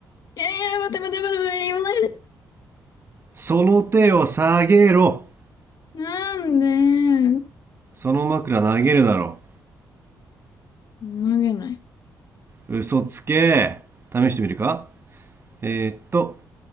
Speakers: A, on the left (about 60°); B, on the right (about 35°).
A: いやいや、待て待て待て待て、言わないで。
B: その手を下げろ。
A: なんで、
B: その枕投げるだろ
A: 投げない。
B: う。嘘つけ。試してみるかえーっと、